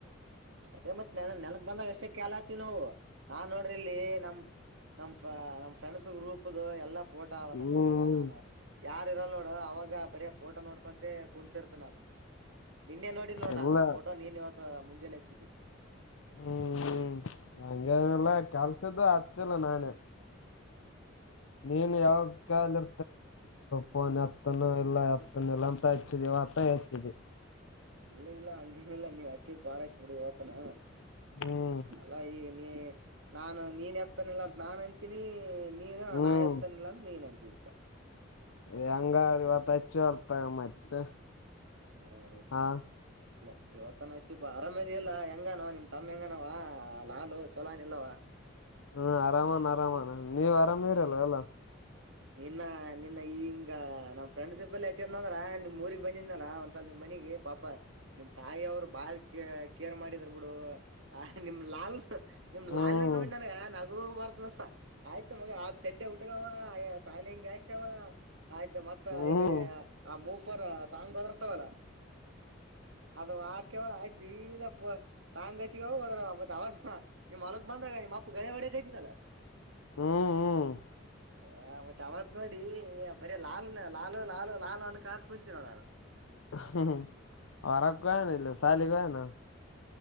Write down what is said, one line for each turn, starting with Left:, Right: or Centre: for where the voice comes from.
Right: ಅದೇ ಮತ್ ನನ ನೆನಗ್ ಬಂದಾಗ ಅಷ್ಟೇ ಕಾಲ ಆತಿವ ನಾವು ನಾನ್ ನೋಡ್ರಿ ಇಲ್ಲಿ ನಮ ನಮ್ ನಮ್ ಫ್ರೆಂಡ್ಸ್ ಗ್ರೂಪ್್ದು ಎಲ್ಲ ಫೋಟೋ ಅವ ನನ್ನ
Left: ಹ್ಮ್
Right: ಹತ್ರ ನಾನು ಯಾರ ಇರಲ್ ನೋಡು ಅವಾಗ ಬರೀ ಫೋಟೋ ನೋಡ್ಕೊಂತ ಕುೂಂತರ್ತ ನಾನು ನಿನ್ನೆ ನೋಡಿ ನೋ
Left: ಎಲ್ಲ
Right: ನಾನ ಅದ ಫೋಟೋ ನೀನ್ ಇವತ್ತು ತ್ತ ಮುಂಜಾನೆ ಹಚ್ಚಿದೆ
Left: ಹ್ಮ್ ಹಂಗೇನಿಲ್ಲ ಕೆಲ್ಸದ್ದು ಹಚ್ಚಿಲ್ಲ ನಾನೇ ನೀನು ಯಾವಕ್ಕ ಅಲ್ಲ ಪನ್ ಹತ್ತನು ಇಲ್ಲ ಹತ್ತನ ಇಲ್ಲ ಅಂತ ಹಚ್ಚಿದಿವತ ಹಚ್ಚಿದವಿ
Right: ಇಲ್ಲ ಇಲ್ಲ ಹಂಗೇನ ಇಲ್ಲ ನೀನ್ ಹಚ್ಚಿದ ಬಾಡ ಆಯ್ತ್ ಬಿಡಿ ಇವತ್ತನ
Left: ಹ್ಮ್
Right: ಅಲ್ಲಾ ಈ ಎ ನಾನು ನೀನ್ ಎತ್ತನಿಲ್ಲ ಅಂತ ನಾನ್ ಅಂತೀನಿ ನೀನು
Left: ಹ್ಮ್
Right: ನಾ ಎತ್ತನಿಲ್ಲ ಅಂತ ನೀನ್ ಅಂತಿದಿಪಾ
Left: ಹೆಂಗ ಇವತ್ತ ಹೆಚ್ಚು ಅಲ್ತಗ ಮತ್ತೆ
Right: ಹ ಮತ್ತೆ
Left: ಹಾ
Right: ಇಲ್ಲ ಇವತ್ತನ ಹೆಚ್ಚುಪ ಅರಾಮದ ಇಲ್ಲಾ ಹೆಂಗನವ ನಿಮ್ ತಮ್ಮ ಹೆಂಗನವ ಲಾಲು ಚಲಾಾನ ಇಲ್ಲವಾ
Left: ಹ್ಮ ಆರಾಮಾನ ಆರಾಮಾನ ನೀವ್ ಆರಾಮ
Right: ಏನಿ
Left: ಇರಲ್ಲ ಅಲ್ಲ
Right: ನಿನ್ನ ನಿನ್ನ ಈಂಗ ನಮ್ ಫ್ರೆಂಡ್ಸಪ್ಲ್ಲಿ ಹೆಚ್ಚ ಅಂದ್ರ ನಿಮ್ ಊಗ್ ಬಂದಿದನಲ್ಲ ಒಂದ್ಸಲ ನಿಮ್ ಮನಗೆ ಪಾಪ ನಿಮ್ ತಾಯಿ ಅವ್ರು ಬಾಳ್ ಕ ಕೇರ್ ಮಾಡಿದರ್ ಬಿಡು ಆ ನಿಮ ಲಾಲ್ ನಿಮ್
Left: ಹ್ಮ್
Right: ಲಾಲ್ ನೋಡ ನನ ನಗು ಬರ್ತ ಆಯ್ತ್ ಮಗ ಆಬ್ ಚಡ್ಡ ಉಟಗವ ಸಾಲಿಂಗಿ ಆಯಕವ ಆಯ್ತ ಮತ್ತ
Left: ಹ್ಮ್
Right: ಈ ಕಡೆ
Left: ಹ್ಮ್
Right: ಮೂಫರ್ ಸಾಂಗ್ ಹದರ್ತವಲ್ಲ ಅದ ಆಕ್ಯವ ಆಯ್ತ ಸೀದಾ ಸಾಂಗ ಅಚಿಗವ ಹೋದ್ರ ಮತ್ತೆ ಅವ ನಿಮ್ಮ್ ಮಲಗ್ ಬಂದಾಗ ನಿಮ್ಮ ಅಪ್ಪ ಗಳೆ ಹೊಡಕೈತನಲ್ಲ
Left: ಹ್ಮ್ ಹ್ಮ್
Right: ಹ ಮತ್ತೆ ಅವವತ್ ನೋಡಿ ಬರೀ ಲಾಲ್ನ ಲಾಲ್ ಲಾಲ್ ಲಾಲ್ ಅಣಕ ಅಂತತ್ ಕುಂತೀ ನೋಡ ನಾನು
Left: ಹ್ಮ ವರಗ ಕೆ ಇಲೆ
Right: ಹಾ ಮತ್ತೆ
Left: ಶಾಲ ಗಿ ಹೊಗೆನ